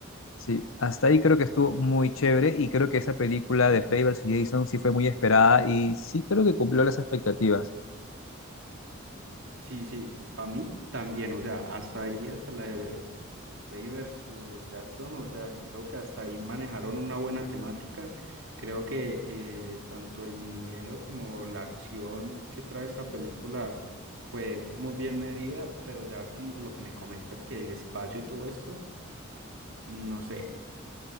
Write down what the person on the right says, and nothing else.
sí, sí, para mí también, o sea, hasta ahí, hasta la, Rey versus Jackson, o sea, creo que hasta ahí manejaron una buena temática. Creo que eh, tanto el miedo como la acción que trae esta película fue muy bien medida, pero ya como lo que me comentas que el espacio y todo esto, no sé.